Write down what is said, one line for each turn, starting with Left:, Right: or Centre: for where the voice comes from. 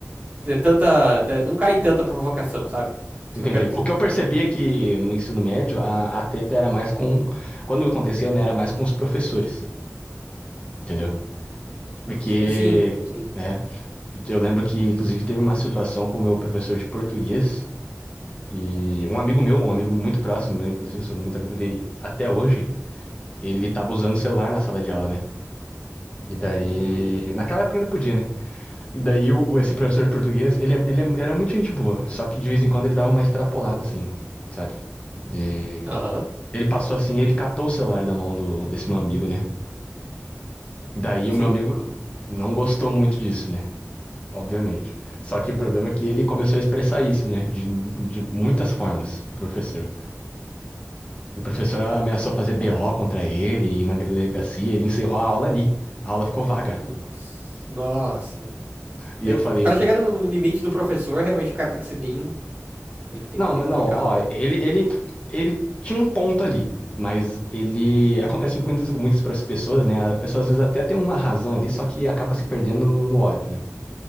Right: é, tanta. é, Não cai tanta provocação, sabe? Isso
Left: Entendi.
Right: que eu quero dizer.
Left: O que eu percebi é que no ensino médio a, a treta era mais com. Quando acontecia, né, era mais com os professores, entendeu?
Right: Os professores.
Left: Porque,
Right: Sim, sim.
Left: né, eu lembro que inclusive teve uma situação com o meu professor de português e um amigo meu, um amigo muito próximo meu, inclusive, eu sou muito amigo dele até hoje, ele tava usando o celular na sala de aula, né? E daí,
Right: Hum.
Left: naquela época ainda podia, né? E daí o, o- esse professor de português, ele, é- ele é- era muito gente boa, só que de vez em quando ele dava uma extrapolada assim, sabe? E
Right: Aham.
Left: Ele passou assim, ele catou o celular da mão do, desse meu amigo, né? Daí
Right: Sim.
Left: o meu amigo não gostou muito disso, né? Obviamente. Só que o problema é que ele começou a expressar isso, né? De, de muitas formas pro professor. E o professor ameaçou fazer BO contra ele e na delegacia ele encerrou a aula ali. A aula ficou vaga.
Right: Nossa. Nossa, mano.
Left: E
Right: É,
Left: eu falei,
Right: para chegar no limite do professor, realmente o cara tem que ser bem Bem que tem
Left: não,
Right: bem
Left: mas
Right: complicado.
Left: não, ó, ele, ele, ele tinha um ponto ali. Mas ele acontece com muitas, com muitas pessoas, né? A pessoa às vezes até tem uma razão ali, só que acaba se perdendo no no ódio, né?